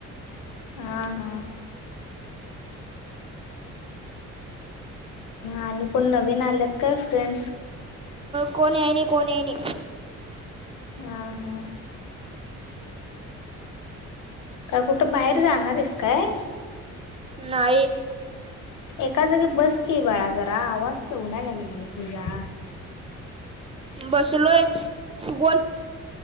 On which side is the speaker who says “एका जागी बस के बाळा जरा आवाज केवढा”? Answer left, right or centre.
Left